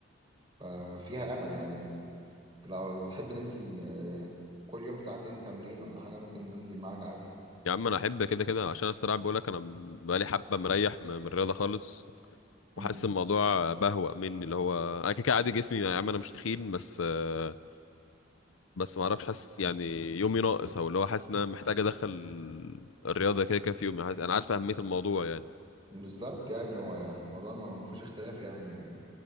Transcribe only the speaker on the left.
يا عم انا احب كده كده عشان الصراحه بقول لك انا بقالي حبه مريح م- من الرياضه خالص
وحاسس الموضوع بهوأ مني اللي هو انا كده كده عادي جسمي يا عم انا مش تخين بس آه، بس ما اعرفش حاسس يعني يومي ناقص او اللي هو حاسس ان انا محتاج ادخل الرياضه كده كده في يومي حاسس انا عارف اهميه الموضوع يعني